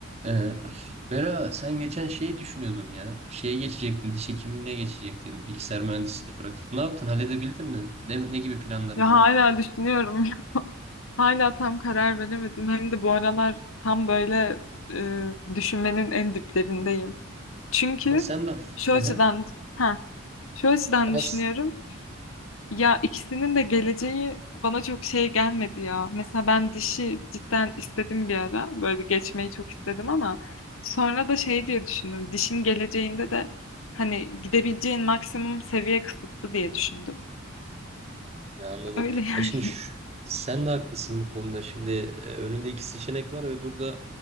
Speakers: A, on the right (about 30°); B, on the left (about 85°).
A: Ee, Bera sen geçen şeyi düşünüyordun ya. Şeye geçecektin, diş hekimliğine geçecektin. Bilgisayar mühendisliğini bırakıp. Ne yaptın? Halledebildin mi? Ne, ne gibi planların
B: Ya hala
A: var?
B: düşünüyorum. <laughs> Hala tam karar veremedim. Hem de bu aralar tam böyle e, düşünmenin en diplerindeyim. Çünkü
A: Ama sen de...
B: şu
A: Hı
B: açıdan
A: hı.
B: ha şu açıdan
A: Ama
B: düşünüyorum.
A: s-
B: Ya ikisinin de geleceği bana çok şey gelmedi ya. Mesela ben dişi cidden istedim bir ara. Böyle geçmeyi çok istedim ama sonra da şey diye düşündüm. Dişin geleceğinde de hani gidebileceğin maksimum seviye kısıtlı diye düşündüm.
A: Ya anladım.
B: Öyle yani.
A: Ya şimdi şu- sen de haklısın bu konuda. Şimdi e, önünde iki seçenek var ve burada